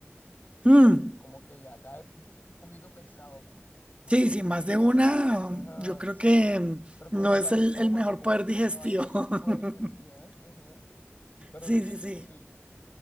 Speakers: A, on the right (about 25°); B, on the left (about 40°).
A: Mm,
B: como que ya cae un poquito pesado, ¿no? No
A: Sí,
B: sé.
A: sí, más de una,
B: Ajá,
A: yo creo
B: s-
A: que mm,
B: pero
A: no
B: como
A: es
B: para
A: el,
B: el estómago,
A: el mejor
B: como
A: poder
B: que
A: digestivo.
B: es una vaina
A: <laughs>
B: bien fuerte, sí, ¿eh? Ujú. Pero
A: Sí,
B: riquísimo,
A: sí, sí.
B: sí.